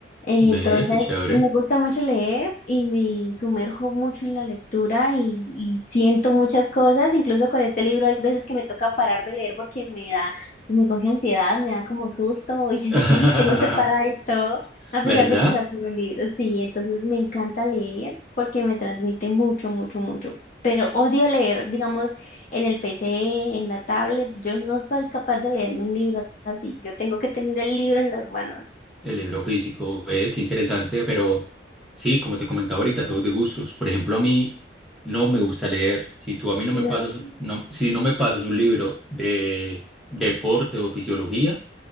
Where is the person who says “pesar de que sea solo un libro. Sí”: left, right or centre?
Left